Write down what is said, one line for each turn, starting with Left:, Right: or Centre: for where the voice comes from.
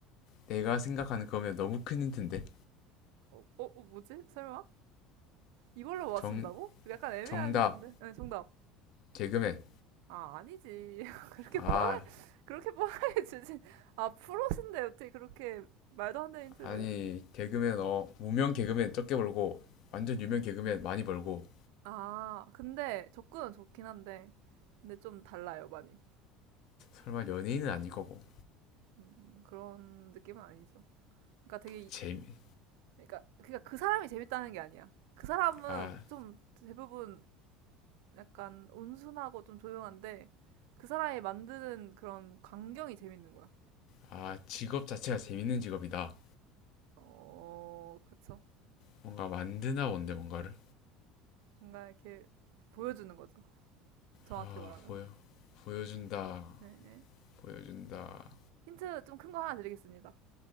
Left: 내가 생각하는 그거면 너무 큰 힌트인데.
Right: 어, 어, 어 뭐지? 설마? 이걸로 맞춘다고?
Left: 정,
Right: 약간 애매한
Left: 정답.
Right: 힌트인데. 네, 정답.
Left: 개그맨.
Right: 아, 아니지. <laughs> 그렇게
Left: 아,
Right: 뻔해, 그렇게 뻔하게 주진. 아, 프로신데 어떻게 그렇게 말도 안 되는 힌트를.
Left: 아니 개그맨 어 무명 개그맨 적게 벌고 완전 유명 개그맨 많이 벌고
Right: 아, 근데 접근은 좋긴 한데. 근데 좀 달라요, 많이.
Left: 설마 연예인은 아닐 거고
Right: 음, 그런 느낌은 아니죠. 그러니까 되게, 이-
Left: 재미
Right: 그러니까, 그러니까 그 사람이 재밌다는 게 아니야. 그 사람은
Left: 아,
Right: 좀 대부분 약간 온순하고 좀 조용한데 그 사람이 만드는 그런 광경이 재밌는 거야.
Left: 아 직업 자체가 재밌는 직업이다
Right: 어, 그쵸.
Left: 뭔가 만드나 뭔데 뭔가를
Right: 뭔가 이렇게 보여주는 거죠. 정확히
Left: 아
Right: 말하면.
Left: 보여 보여준다
Right: 네, 네.
Left: 보여준다
Right: 힌트 좀 큰 거 하나 드리겠습니다.